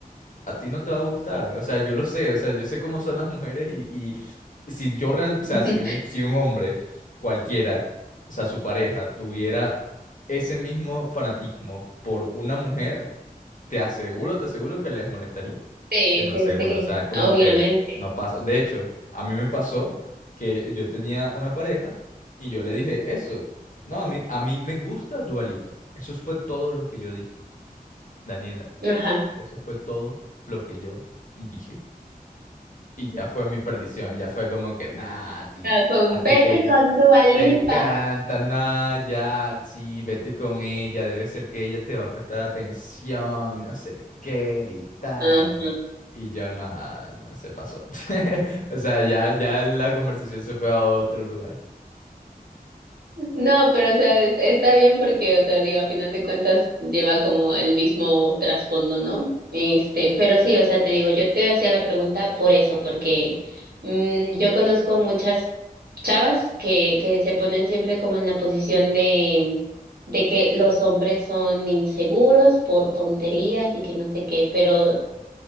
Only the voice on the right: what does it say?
<laughs>
Sí,
sí,
sí,
obviamente.
Ajá.
Ah, Fue
un
vete
con Dua Lipa.
Ajá.
No, pero o sea, es- está bien porque, o sea, digo, a final de cuentas lleva como el mismo trasfondo, ¿no? Este, pero sí, o sea, te digo, yo te hacía la pregunta por eso, porque mm, yo conozco muchas chavas que, que se ponen siempre como en la posición de, de que los hombres son inseguros por tonterías y que no sé qué, pero